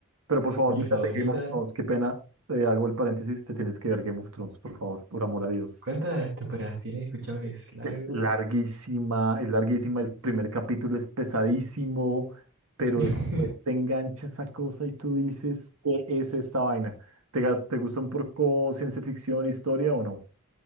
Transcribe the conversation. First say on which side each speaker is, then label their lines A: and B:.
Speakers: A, on the right; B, on the right.
A: Pero por favor,
B: Mi
A: mírate
B: favorita,
A: Game of Thrones. Qué pena. eh, hago el paréntesis. Te tienes que ver Game of Thrones, por favor, por amor a Dios.
B: ¿cuántas temporadas tiene? He escuchado que es largo
A: Es
B: igual.
A: larguísima, es larguísima. El primer capítulo es pesadísimo, pero
B: <laughs>
A: después te engancha esa cosa y tú dices, ¿qué es esta vaina? ¿Te, gas- te gusta un poco ciencia ficción, historia o no?